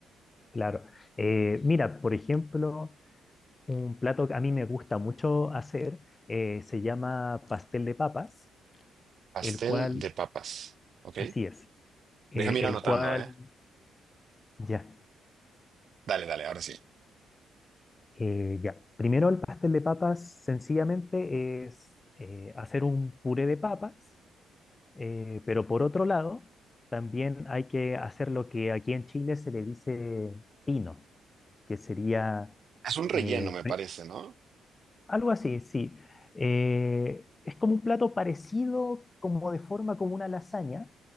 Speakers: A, on the left; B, on the right.
A: Claro. Eh, mira, por ejemplo, un plato que a mí me gusta mucho hacer eh, se llama pastel de papas,
B: Pastel
A: el cual,
B: de papas, ¿ok?
A: así es, eh,
B: Déjame ir
A: el
B: anotando,
A: cual,
B: ¿eh?
A: ya,
B: Dale, dale, ahora sí.
A: eh, ya. Primero el pastel de papas sencillamente es eh, hacer un puré de papas, eh, pero por otro lado, también hay que hacer lo que aquí en Chile se le dice pino, que sería...
B: Es un relleno,
A: eh,
B: me parece, ¿no?
A: Algo así, sí. Eh, es como un plato parecido, como de forma como una lasaña,